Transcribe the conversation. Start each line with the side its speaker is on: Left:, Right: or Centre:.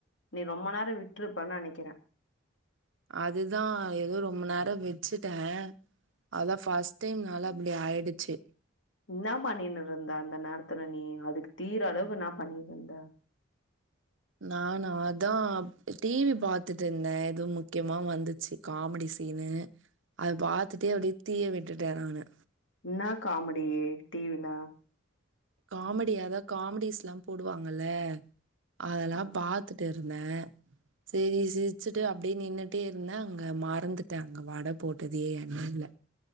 Left: நீ ரொம்ப நேரம் விட்டுருப்பன்னு நெனைக்கிற
Right: அதுதா ஏதோ ரொம்ப நேரோ வெச்சுட்டே அதா ஃபஸ்ட் டைம்னால அப்டி ஆயிடுச்சு
Left: இன்னா பண்னினு இருந்தா அந்த நேரத்துல நீ அதுக்கு தீயிர அளவு என்னா பண்ணிருந்தா
Right: நான அதா டி வி பாத்துட்டு இருந்தே எதுவு முக்கியமா வந்துச்சு காமெடி சீனு அத பாத்துட்டே அப்டியே தீய விட்டுட்டே நானு
Left: என்னா காமெடி டி வி ல
Right: காமெடி அத காமெடிஸ் எல்லா போடுவாங்கல்ல அதெல்லா
Left: அ
Right: பா த்துட்டு இருந்தே சரி சிரிச்சுட்டு அப்டியே நின்னுட்டே இருந்தா அங்க மறந்துட்டா அங்க வடை போட்டதே எண்ணையில